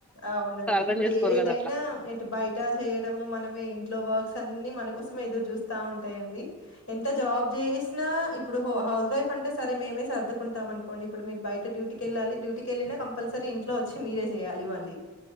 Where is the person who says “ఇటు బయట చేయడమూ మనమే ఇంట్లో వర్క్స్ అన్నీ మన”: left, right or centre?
Left